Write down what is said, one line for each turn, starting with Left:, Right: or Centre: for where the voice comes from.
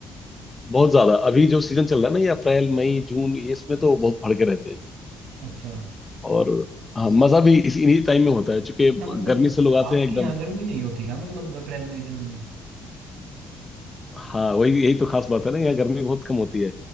Left: बहुत ज्यादा अभी जो सीजन चल रहा है ना ये अप्रैल मई जून ये इसमें तो बहुत भड़के रहते हैं
Right: अच्छा
Left: और हाँ मजा भी इसी इन्हीं टाइम में होता है क्योंकि
Right: अच्छा मतलब
Left: गर्मी से लोग आते
Right: आपके
Left: हैं एकदम
Right: यहाँ गर्मी नहीं होती क्या मतलब अप्रैल मई जून में
Left: हाँ वही यही तो खास बात है ना यहाँ गर्मी बहुत कम होती है